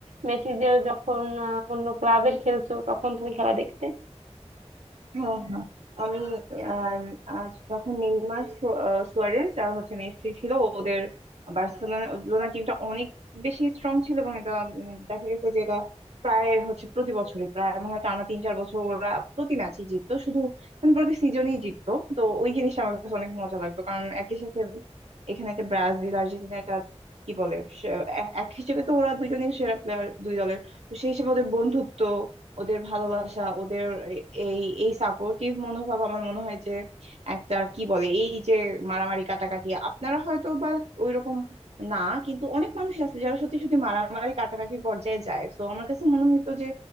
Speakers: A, on the right; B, on the right.
A: মেসি যে যখন আহ, অন্য ক্লাবের খেলছো তখন তুমি খেলা দেখতে
B: হ্যাঁ হ্যাঁ আমি আহ, আহ, যখন নেইমার সু- আহ, সুয়ারেজ আর হচ্ছে মেসি ছিল ওদের বার্সেলোনা টিমটা অনেক বেশি স্ট্রং ছিল এবং এটা উম, দেখা গেছে যে এটা প্রায় হচ্ছে প্রতি বছরই প্রায় মনে হয় টানা তিন চার বছর ওরা প্রতি ম্যাচই জিততো শুধু মানে প্রতি সিজনেই জিততো তো ওই জিনিসটা আমার কাছে অনেক মজা লাগতো কারণ একই সাথে এখানে একটা ব্রাজিল আর্জেন্টিনা এটা কি বলে সে- এ- এক হিসেবে তো ওরা দুজনেই সেরা প্লেয়ার দুই দলের তো সেই হিসেবে ওদের বন্ধুত্ব ওদের ভালোবাসা ওদের এই এই সাপোর্টিভ মনোভাব আমার মনে হয় যে একটা কি বলে এই যে মারামারি কাটাকাটি আপনারা হয়তো বা ওইরকম না কিন্তু অনেক মানুষ আছে যারা সত্যি সত্যি মারামারি কাটাকাটির পর্যায়ে যায় তো আমার কাছে মনে হইতো যে